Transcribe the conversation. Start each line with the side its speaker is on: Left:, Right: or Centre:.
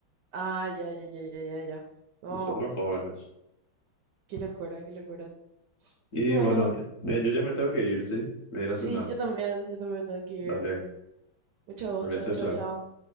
Right: Ah, ya, ya, ya, ya, ya, ya. No,
Left: Nosotros jóvenes.
Right: qué locura, qué locura.
Left: Y
Right: Y bueno.
Left: bueno, mira, yo ya me tengo que ir, sí. Me iré a ir a
Right: Sí,
Left: cenar.
Right: yo también, yo también tengo que irme.
Left: Dale,
Right: Mucho gusto,
Left: chao,
Right: chao,
Left: chao.
Right: chao.